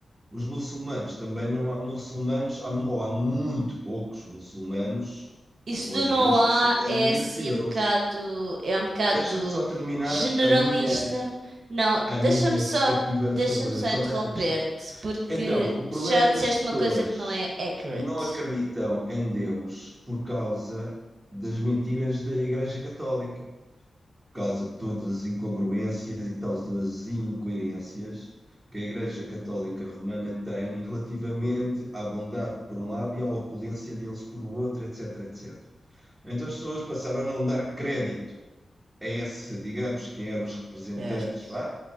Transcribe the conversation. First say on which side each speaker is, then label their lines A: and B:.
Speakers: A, on the right; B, on the right.
A: Os muçulmanos também não há muçulmanos, há- ou há muito poucos muçulmanos
B: Isso
A: ou
B: do
A: judeus
B: não há
A: que se tornem
B: é assim
A: ateus.
B: um bocado, é um bocado
A: Deixa-me só terminar
B: generalista.
A: a minha,
B: Não,
A: a minha
B: deixa-me só,
A: perspectiva
B: deixa-me
A: sobre,
B: só
A: sobre
B: interromper-te,
A: essa questão.
B: porque
A: Então, o problema
B: já
A: é
B: disseste
A: que as pessoas
B: uma coisa que não é accurate.
A: não acreditam em Deus por causa das mentiras da Igreja Católica causa de todas as incongruências e tal, todas as incoerências que a Igreja Católica Romana tem relativamente à bondade por um lado e à opulência deles por outro, etc, etc. Então as pessoas passaram a não dar crédito a esse, digamos, quem eram os representantes,
B: Certo,
A: vá,